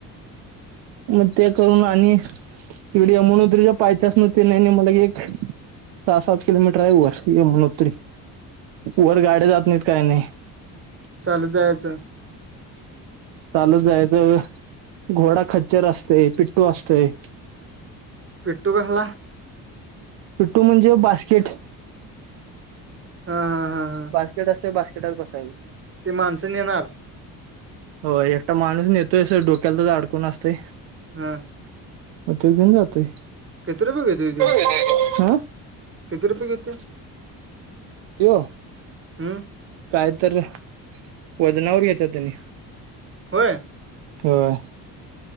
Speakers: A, on the right (about 65°); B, on the right (about 25°).
A: मग ते करून आणि एवढी यमुनोत्रीच्या पायथेसनी ते नाय नाय मणलं की एक सहा सात किलोमीटर आहे वर यमुनोत्री वर गाड्या जात नाहीत काय नाही
B: चालतं जायचं
A: चालत जायचं अ घोडा खच्चर असतेय पिट्टू असतेय
B: पिट्टु कसला
A: पिट्टू म्हणजे बास्केट
B: हा हा हा
A: बास्केट असते बास्केटात बसायच
B: ते माणसं नेणार
A: होय एकटा माणूस नेतोय अस डोक्याला तर अडकून असतय
B: हां
A: मग तेव घेऊन जातय
B: किती रुपय घेतऊ त्यो
A: हं
B: किती रुपये घेतुय?
A: त्यो
B: मं
A: काय तर वजनावर घेत्यात त्यांनी
B: होय
A: होय